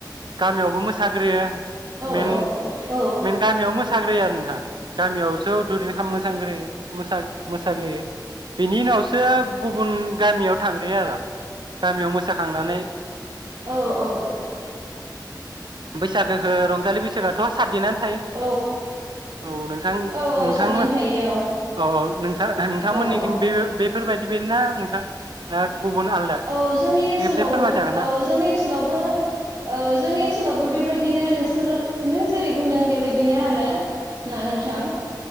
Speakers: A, on the right (about 75°); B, on the right (about 50°).
A: गामियावबो मोस साख्रियो
B: औ
A: मेन
B: औ
A: मेन गामियाव मोसाग्रोयो आरो नोंथां गामियावसो दुरिन खालामो थांग्रोयो मोसा मोसाग्रोयो बेनि उनावस सोब गुबुन गामियाव थांग्रोयो आर' गामियाव मोसाखांनानै
B: औ औ
A: बैसागोखो रंजालि बैसागोआथ सातदिना थायो
B: औ
A: औ नोंथां
B: औ
A: नोंथांमो
B: सातदिन थायो औ
A: औ औ नोंथा आ नोंथांमोननिखिं
B: औ औ
A: बे-बेफोरबाय गिबिनना नोंथां ना गुबुन आलदा
B: औ जोंनि ओनसोलावबो
A: खेबसे फोरमायजागोन
B: औ
A: ना
B: जोंनि ओनसोलावबो औ जोंनि ओनसोलावबो बेबाय बिदिनो नोंस सोरो नों जेरै बुंदों बेबाय दिनो आरो ना नोंथां।